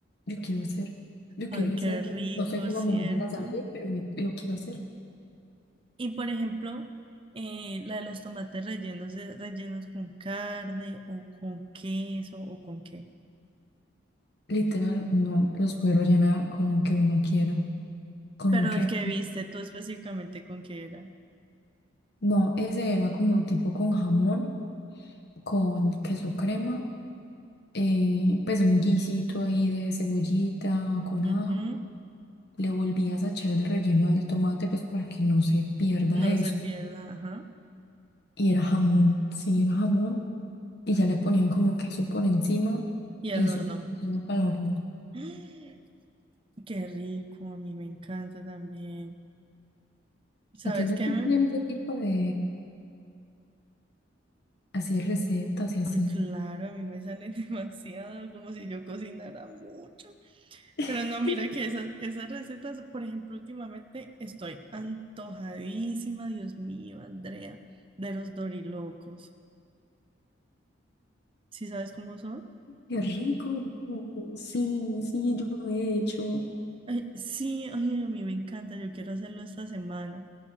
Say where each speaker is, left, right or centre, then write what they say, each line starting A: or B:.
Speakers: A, on the left (about 55°); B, on the right (about 25°).
A: yo quiero hacer, yo quiero
B: Ay,
A: hacer,
B: qué rico,
A: no sé cómo
B: ¿cierto?
A: me vayan a salir, pero me- lo quiero hacer.
B: Y por ejemplo, eh, la de los tomates rellenos de rellenos con carne o con queso o con qué.
A: Literal, no los puede rellenar con lo que uno quiera, con
B: Pero
A: lo que...
B: el que viste tú específicamente con qué era.
A: No, ese era como tipo con jamón, con queso crema, eh, pues un guisito ahí de cebollita, con ajo
B: Ujú,
A: Le volvías a echar el relleno del tomate, pues para que no se pierda
B: No
A: eso.
B: se pierda, ajá.
A: Y era jamón, sí, era jamón. Y ya le ponían como queso por encima
B: Y al
A: y eso
B: horno.
A: iba para el horno.
B: <gasps> ¡Ah! Qué rico, a mí me encanta también. ¿Sabes
A: ¿A ti no
B: qué?
A: te
B: me-
A: gustan ese tipo de así recetas y así?
B: Ay, claro, a mí me salen <laughs> demasiado, como si yo cocinara mucho.
A: <laughs>
B: Pero no, mira que esas, esas recetas, por ejemplo, últimamente estoy antojadísima, Dios mío, Andrea, de los dorilocos. ¿Sí sabes cómo son?
A: Qué rico. rico. Sí, sí, yo lo he hecho.
B: Ay, sí, ay, a mí me encanta, yo quiero hacerlo esta semana.